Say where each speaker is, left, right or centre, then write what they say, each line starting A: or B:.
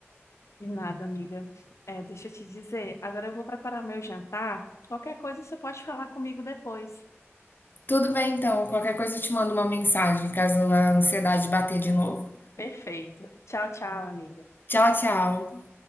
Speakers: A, on the left (about 80°); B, on the left (about 45°).
A: De nada, amiga. É, deixa eu te dizer, agora eu vou preparar meu jantar. Qualquer coisa você pode falar comigo depois.
B: Tudo bem então, qualquer coisa eu te mando uma mensagem caso a ansiedade bater de novo.
A: Perfeito. Tchau, tchau, amiga.
B: Tchau, tchau.